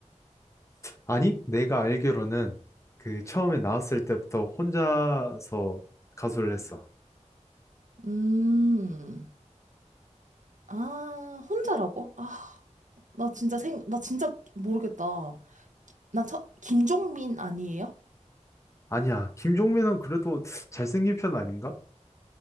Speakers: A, on the left (about 25°); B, on the right (about 80°).
A: 아니, 내가 알기로는 그 처음에 나왔을 때부터 혼자서 가수를 했어.
B: 음. 아, 혼자라고? 아, 나 진짜 생, 나 진짜 모르겠다. 나 첫, 김종민 아니에요?
A: 아니야, 김종민은 그래도 잘생긴 편 아닌가?